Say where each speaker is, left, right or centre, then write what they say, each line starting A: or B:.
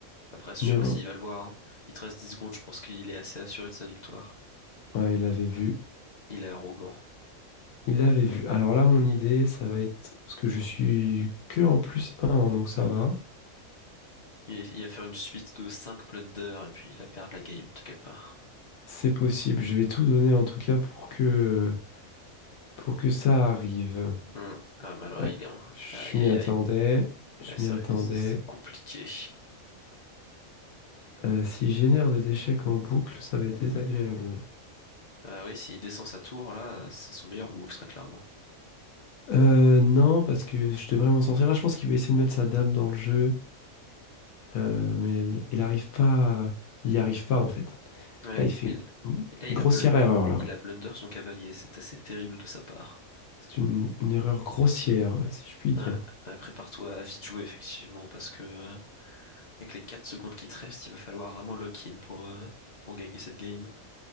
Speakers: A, on the left; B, on the left.
A: Après, je
B: Une
A: sais
B: erreur.
A: pas s'il va le voir. hein. Il te reste 10 secondes, je pense qu'il est assez assuré de sa victoire.
B: Ouais, il avait vu.
A: Il est arrogant.
B: Il l'avait vu. Alors là, mon idée, ça va être, parce que je suis que en plus un, hein, donc ça va.
A: Il, il va faire une suite de 5 blunders et puis il va perdre la game, t'inquiète pas.
B: C'est possible. Je vais tout donner en tout cas pour que, pour que ça arrive.
A: Hum, Ah, mais alors,
B: Ouais.
A: il est en...
B: Je
A: Aïe,
B: m'y
A: aïe,
B: attendais.
A: aïe.
B: Je
A: Ouais,
B: m'y
A: c'est
B: attendais.
A: vrai, c'est compliqué.
B: Euh, si je génère des échecs en boucle, ça va être désagréable. ouais.
A: Ah oui, s'il descend sa tour, là, c'est son meilleur move, très clairement.
B: Euh, non, parce que je devrais m'en sortir. Là, je pense qu'il va essayer de mettre sa dame dans le jeu, euh, mais il il arrive pas. Il n'y arrive pas en fait.
A: Ouais,
B: Là, il fait
A: et,
B: une
A: l- et là, il
B: une grossière
A: a blun...
B: erreur là.
A: il a blunder son cavalier. C'est assez terrible de sa part.
B: C'est une, une erreur grossière, si je puis dire.
A: Ouais, ouais, prépare-toi à vite jouer, effectivement, parce que... Avec les 4 secondes qui te restent, il va falloir vraiment lock-in pour, euh, pour gagner cette game.